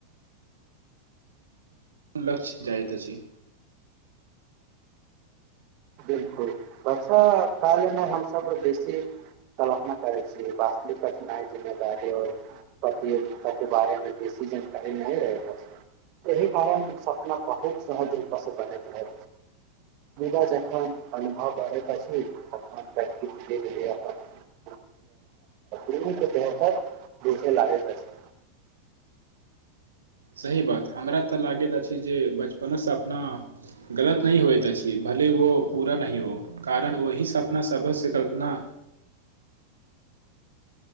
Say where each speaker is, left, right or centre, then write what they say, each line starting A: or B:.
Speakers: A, on the right; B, on the right.
A: अपन लक्ष्य भी आयत अछि
B: बिल्कुल बस <unintelligible> हमस बेसी कल्पना करय छी वास्तविक कठिनाइ जिम्मेदारी हो पति ओर पतदारे में बेसी जानकारी नहीं रहैत अछि एहि कारण सपना बहुत सहजिलपस बनैत रहै मुदा अनुभव भरत अपन कऽ भी गेल अपन बेहतर देखे लागे <unintelligible>
A: सही बात हमरा तऽ लागैत अछि जे बचपन सँ सपना गलत नहि होइतऽ अछि भले वो पूरा नय हो कारण ओहि सँ सपना सब सँ कल्पना